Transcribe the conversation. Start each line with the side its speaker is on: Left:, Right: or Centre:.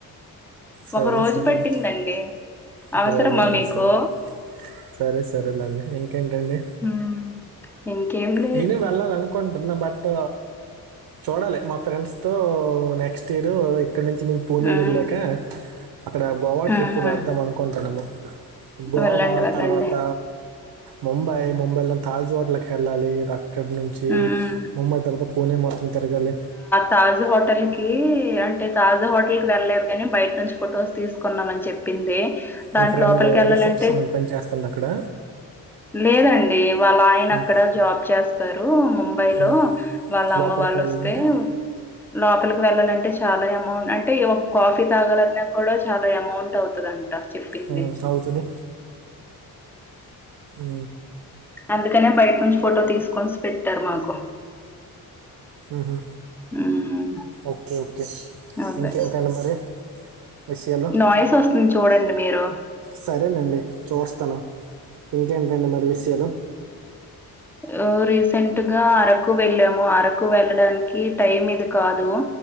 Right: సరే
Centre: ఒక రోజు
Right: సరేలే.
Centre: పట్టిందండి
Right: ఒకరోజా?
Centre: అవసరమా మీకు
Right: సరే. సరే సరేలేండి ఇంకేంటండి
Centre: ఉమ్ ఎంకేం లే
Right: నేనే వెళ్ళాలి అనుకుంటున్నా బట్ చూడాలి మా ఫ్రెండ్స్ తో నెక్స్ట్ ఇయరు ఇక్కడ నుంచి మేం పూణె
Centre: హ్మ్.
Right: వెళ్ళాక అక్కడ గోవా
Centre: హ్మ్.
Right: ట్రిప్పు వేద్దాం అనుకుంటున్నాము గోవా
Centre: వెళ్ళండి. వెళ్ళండి.
Right: తర్వాత ముంబై ముంబైల తాజ్ హోటలలోకెళ్ళాలి రక్ ఇక్కడనుంచి
Centre: హ్మ్.
Right: మమ్మయి తర్వాత పోనే మొత్తం తిరగాలి
Centre: తాజా హోటల్కి అంటే తాజా హోటల్కి వెళ్ళలేవు కానీ బయట నుంచి ఫోటోస్ తీసుకు కొన్నామని చెప్పింది
Right: మీ
Centre: దాంట్లోపలికెళ్ళాలంటే
Right: ఫ్రెండ్ రిసెప్షన్ అ పని చేస్తుంది అక్కడ
Centre: లేదండి వాళ్ళ ఆయన
Right: మ్,
Centre: అక్కడ జాబ్ చేస్తారు ముంబైలో
Right: మ్.
Centre: వాళ్ళ
Right: లోపలికి
Centre: అమ్మ వాళ్ళు
Right: వెళ్ళాలంటే
Centre: వస్తే లోపలికి వెళ్ళాలంటే చాలా అమౌంట్ అంటే ఒక కాఫీ తాగాలన్నా కూడా చాలా అమౌంట్ అవుతుంది అంట చెప్పింది
Right: మ్, అవుతుంది ఉ
Centre: అందుకనే బయట నుంచి ఫోటో తీసుకొని పెట్టారు మాకు
Right: ఉహు
Centre: హ్మ్.
Right: ఓకే ఓకే
Centre: అదే.
Right: ఇంకెంటండి మరి విషయాలు
Centre: నాయిస్ వస్తుంది చూడండి మీరు.
Right: సరేనండి చూస్తను ఇంకేంటండి మరి విషయాలు
Centre: ఉ రీసెంట్గా అరకు వెళ్ళాము అరకు వెళ్ళడానికి టైం ఇది కాదు